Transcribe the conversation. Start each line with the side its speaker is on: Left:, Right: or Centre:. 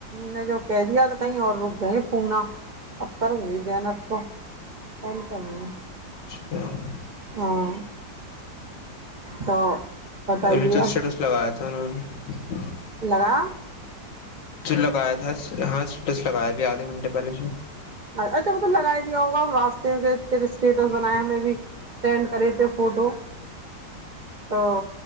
Right: نے جو کہہ دیا تو کہیں اور رک گئے پنا اب کروں گی جین اب کو کون کروں گی
Left: ھمم
Right: ہاں تو بتائیے
Left: ابھی تو
Right: اب
Left: اسٹیٹس لگایا تھا انہوں نے
Right: لگا
Left: جو لگایا تھا ہاںس لگایا ا بھیھی آدھے گھنٹے پہلے
Right: اچھا وہ تو لگائی دیا ہوگا راستے کے اسٹیٹس بنایا ہمیں بھی سینڈ کر تھ فوٹو تو